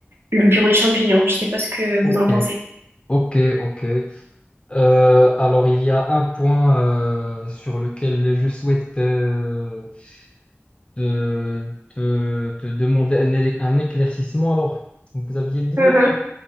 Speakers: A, on the right (about 65°); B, on the left (about 25°).
A: le bureau des champignons. Je sais pas ce que vous
B: Ok.
A: en pensez.
B: Ok, ok. Euh, alors, il y a un point euh, sur lequel je souhaite euh, te, te- te demander un, éle- un éclaircissement. Alors, vous aviez dit,
A: Mhm.
B: euh,